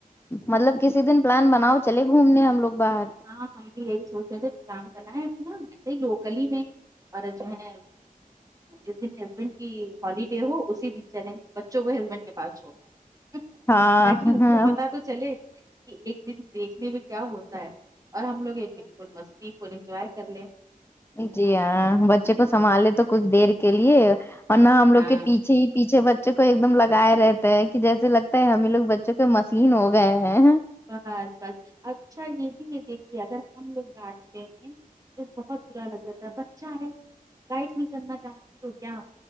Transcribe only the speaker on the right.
ہاں ہم بھی یہی سوچ رہے تھے پلان بنائے اپنا ایسے ہی لوکلی میں اور جو ہے جس دن ہسبینڈ کی ہالیڈے ہو اسی دن چلیں بچوں کو ہسبینڈ کے پاس چھوڑ نا تاکہ
ان کو پتا تو چلے کہ ایک دن دیکھنے میں کیا ہوتا ہے اور ہم لوگ ایک دن فل مستی فل انجوائے کر لیں
بس۔
ہاں
بس بس اچھا یہ بھی ہے دیکھیے اگر ہم لوگ ڈانٹتے ہیں تو بہت برا لگ جاتا ہے بچہ ہے گائڈ نہیں کرنا چاہتی تو کیا